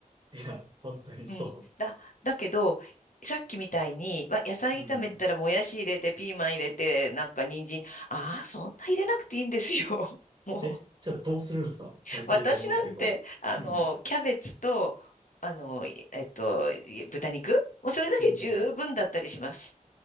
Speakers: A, on the right; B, on the left.
A: いや、本当にそ
B: うん。だ、だけど、さっきみたいに、わ、野菜炒めったらもやし入れて、
A: う。うん。
B: ピーマン入れて、なんか人参、ああ、そんな入れなくていいんですよ。<laughs> もう、
A: え、じゃあどうするんですか入れるものっていうと。
B: 私なんて、あの、
A: うん。
B: キャベツと、あの、えっと、豚肉もうそれだけ十分だったりします。
A: うん。